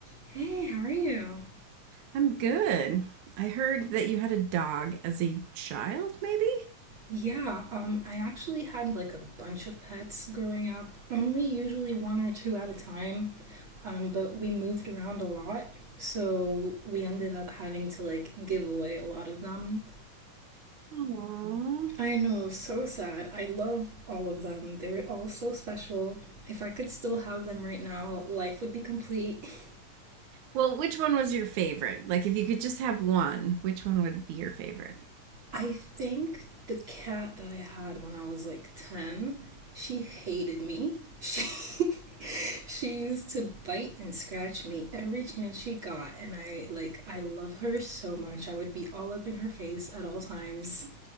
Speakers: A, on the right; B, on the right.
A: Hey, how are you?
B: I'm good. I heard that you had a dog as a child, maybe?
A: Yeah, um, I actually had like a bunch of pets growing up, only usually one or two at a time. Um, but we moved around a lot, so we ended up having to like give away a lot of them.
B: Aww.
A: I know, so sad. I love all of them. They were all so special. If I could still have them right now, life would be complete. <laughs>
B: Well, which one was your favorite? Like, if you could just have one, which one would be your favorite?
A: I think the cat that I had when I was like 10, she hated me. She <laughs> she used to bite and scratch me every chance she got and I like I love her so much. I would be all up in her face at all times.